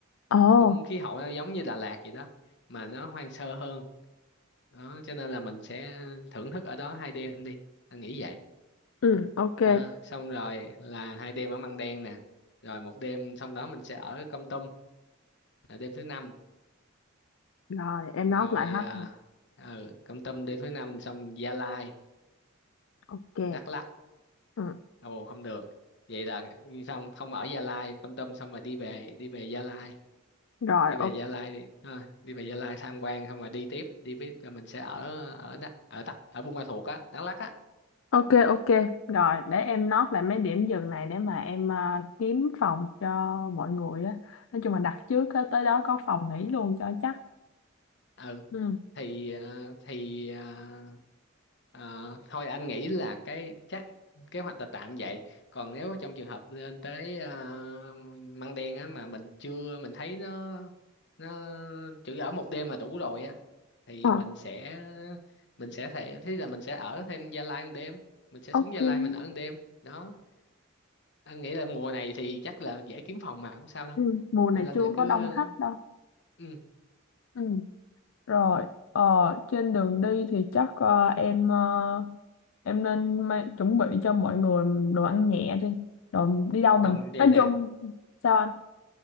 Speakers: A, on the left; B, on the left.
A: Ồ,
B: cũng khí hậu nó giống như Đà Lạt vậy đó mà nó hoang sơ hơn đó cho nên là mình sẽ thưởng thức ở đó hai đêm đi anh nghĩ vậy
A: ừ, ok.
B: đó, xong rồi là hai đêm ở Măng Đen nè rồi một đêm xong đó mình sẽ ở Kon Tum là đêm thứ năm
A: Rồi, em
B: rồi
A: nói lại hết
B: à,
A: ha.
B: ừ, Kon Tum đêm thứ năm xong Gia Lai
A: Ok.
B: Đắk Lắk
A: Ừ.
B: ồ không được vậy là xong không ở Gia Lai Kon Tum xong rồi đi về đi về Gia Lai
A: Rồi,
B: đi về
A: ok.
B: Gia Lai đi ha, đi về Gia Lai tham quan xong rồi đi tiếp đi với rồi mình sẽ ở ở Đắk ở Đắk ở Buôn Ma Thuột á Đắk Lắk á
A: Ok ok rồi để em note lại mấy điểm dừng này để mà em à, kiếm phòng cho mọi người á nói chung là đặt trước á, tới đó có phòng nghỉ luôn cho chắc
B: ừ
A: ừ.
B: thì ờ, thì ờ, ờ, thôi anh nghĩ là cái chắc kế hoạch là tạm vậy còn nếu trong trường hợp lên tới ờ, Măng Đen á mà mình chưa mình thấy nó nó chỉ ở một đêm là đủ rồi á thì
A: Ờ,
B: mình sẽ mình sẽ thể thế là mình sẽ ở thêm Gia Lai một đêm mình sẽ
A: ok.
B: xuống Gia Lai mình ở một đêm đó anh nghĩ là mùa này thì chắc là dễ kiếm phòng mà không sao đâu
A: Ừ. mùa này
B: cho nên
A: chưa
B: là cứ
A: có đông khách đâu
B: ừ,
A: ừ. rồi ờ, trên đường đi thì chắc ờ, em ờ, em nên ma- chuẩn bị cho mọi người đồ ăn nhẹ đi rồi đi đâu mình
B: không vậy
A: nói
B: nè
A: chung sao anh